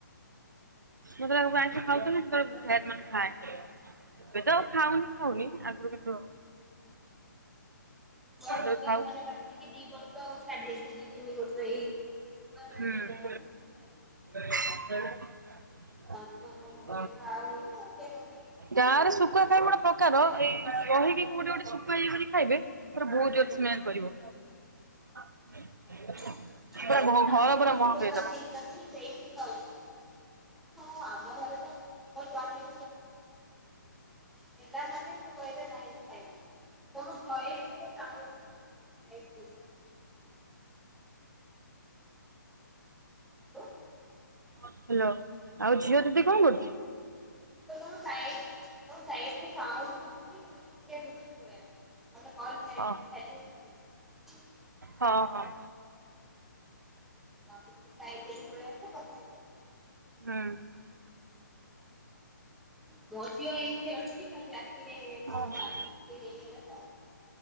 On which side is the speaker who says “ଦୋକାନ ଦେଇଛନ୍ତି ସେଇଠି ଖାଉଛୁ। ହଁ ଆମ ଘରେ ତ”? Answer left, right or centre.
Centre